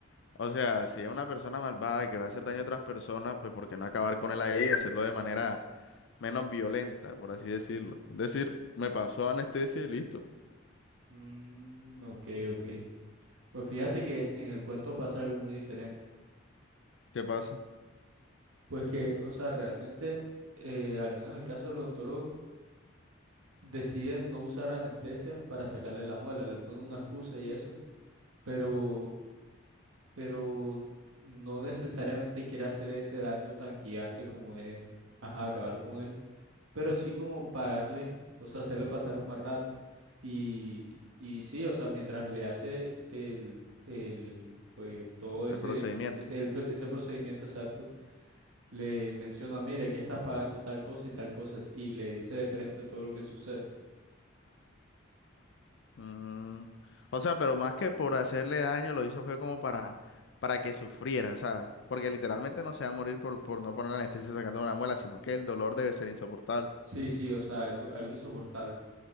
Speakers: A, on the left; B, on the right.
A: o sea, si es una persona malvada y que va a hacer daño a otras personas, pues ¿por qué no acabar con él ahí y hacerlo de manera menos violenta, por así decirlo? Es decir, me pasó anestesia y listo.
B: Mm, ok, ok. Pues fíjate que en el cuento pasa algo muy diferente.
A: ¿Qué pasa?
B: Pues que, o sea, realmente, eh, al menos en el caso del odontólogo, deciden no usar anestesia para sacarle la muela, le ponen una excusa y eso, pero pero no necesariamente quiere hacer ese daño tan gigante como es, ajá, acabar con él, pero sí como pagarle, o sea, hacerle pasar un mal rato. Y, y sí, o sea, mientras le hace el, el, pues todo ese,
A: El procedimiento.
B: ese, el pro- ese procedimiento exacto, le menciona, mira, aquí estás pagando tal cosa y tal cosa, y le dice de frente todo lo que sucede.
A: Mm, o sea, pero más que por hacerle daño, lo hizo fue como para, para que sufriera, o sea, porque literalmente no se va a morir por, por no poner la anestesia sacando una muela, sino que el dolor debe ser insoportable.
B: Sí, sí, o sea, algo, algo insoportable.